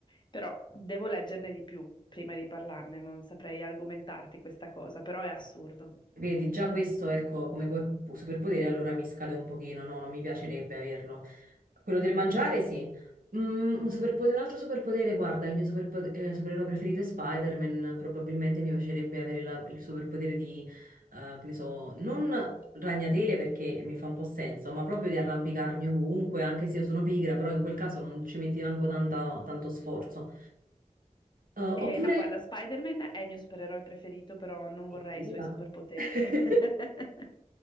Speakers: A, on the left; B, on the right.
A: Però devo leggerne di più prima di parlarne, non saprei argomentarti questa cosa, però è assurdo.
B: Vedi, già questo, ecco, come po- superpotere allora mi scade un pochino, no, non mi piacerebbe averlo. Quello del mangiare, sì. Mm, un superpotere, un altro superpotere, guarda, il mio superpo- eh, supereroe preferito è Spider-Man, probabilmente mi piacerebbe avere la- il superpotere di, eh, che ne so, non ragnatele perché mi fa un po' senso, ma proprio di arrampicarmi ovunque, anche se io sono pigra, però in quel caso non ci metti manco tanta- tanto sforzo. Eh,
A: Eh,
B: oppure...
A: no, guarda, Spider-Man è il mio supereroe preferito, però non
B: Evviva!
A: vorrei i suoi superpoteri.
B: <laughs>
A: <laughs>